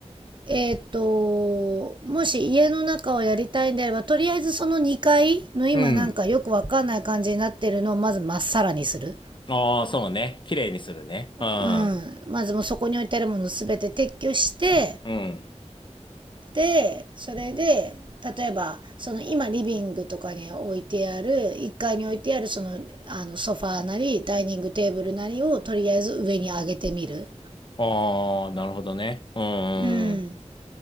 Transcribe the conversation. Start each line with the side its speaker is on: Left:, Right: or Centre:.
Right: えーっと、もし家の中をやりたいんであれば、とりあえずその2階の今なんかよくわかんない感じになってるのをまずまっさらにする。
Left: うん。ああ、そうね。綺麗にするね。うん。
Right: うん。まずもうそこに置いてあるものすべて撤去して、
Left: うん。
Right: で、それで、例えば、その今リビングとかに置いてある、1階に置いてあるその、あのソファーなり、ダイニングテーブルなりをとりあえず上に上げてみる。
Left: ああ、なるほどね。うん、うん、
Right: うん。